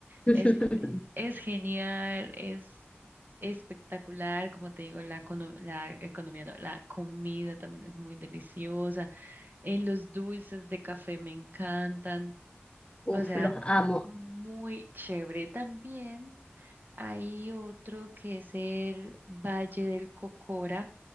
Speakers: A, on the left; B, on the right.
A: <laughs>
B: Es, es genial, es espectacular, como te digo, la, econo- la economía, no, la comida también es muy deliciosa eh, los dulces de café me encantan.
A: Uf,
B: O sea,
A: los amo.
B: muy chévere. También hay otro que es el Valle del Cocora.